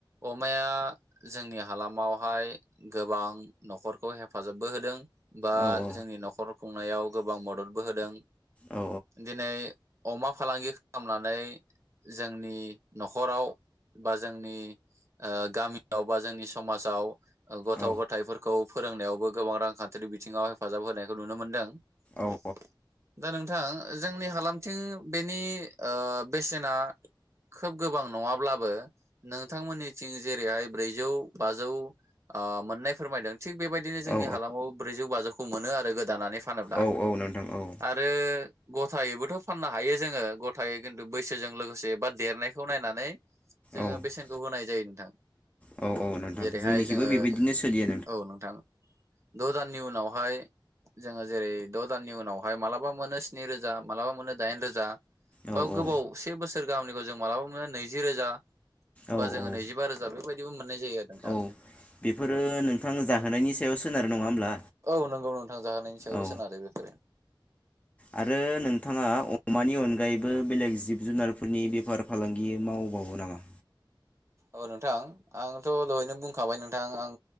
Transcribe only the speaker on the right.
अमाया जोंनि हालामावहाय गोबां न'खरखौ हेफाजाबबो होदों बा
जोंनि न'खर खुंनायाव गोबां मददबो होदों
दिनै अमा फालांगि खालामनानै जोंनि न'खराव बा जोंनि गामियाव बा जोंनि समाजाव गथ'
गथाइफोरखौ फोरोंनायावबो गोबां रांखान्थिारि बिथिङाव हेफाजाब होनायखौ नुनो मोन्दों
<inaudible> दा नों थां जोंनि हालामथिं बेनि ओ बेसेना खोब गोबां नङाब्लाबो नोंथांमोननिथिं जेरैहाय ब्रैजौ बाजौ ओ मोननाय फोरमायदों थिग बेबायदिनो जोंनि
हालामावबो ब्रैजौ बाजौ खौ मोनो आरो गोदानानै फानोब्ला
आरो गथायैबोथ' फाननो हायो जोङो ग थायै खिन्थु बैसोजों लोगोसे बाट देरनायखौ नायनानै जोङो
बेसेनखौ होनाय जायो नोंथां
जेरैहाय
जोङो
औ नोंथां द दान दाननि उनावहाय जोङो जेरै द' दाननि उनावहाय मालाबा मोनो स्नि रोजा मालाबा मोनो दाइन रोजा
बा गोबाव
से बोसोर गाहामनिखौ जों मालाबा मोनो नैजि रोजा बा
जोङो
नैजिबा रोजा बेबायदि दिबो मोननाय जायो आरो नोंथां
औ नंगौ नोंथां जाहोनायनि सायावबो
सोनारो बेफोरो
औ नोंथां आंथ' दहायनो बुंखाबाय नोंथां आं